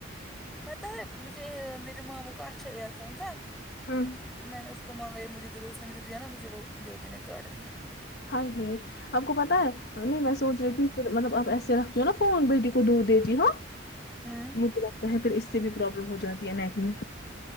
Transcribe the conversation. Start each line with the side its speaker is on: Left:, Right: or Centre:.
Centre: پتہ ہے مجھے میرے ماموں کو اچھا ایئر فون تھا
Left: ہاں
Centre: میں نے اس کو مانگا مجھے دو اس نے مجھے دیا نا مجھے وہ ب بیٹے نے کاٹ دییا ہے
Left: ہائے ہے آپ کو پتا ہے نہیں میں سوچ رہی تھی پھر مطلب آپ ایسے رکھتی ہو نا فون بیٹی کو دودھ دیتی ہ
Centre: ہوں
Left: وہ رکھتا ہے پھر اس سے بھی پرابلم ہو جاتی ہے نیک میں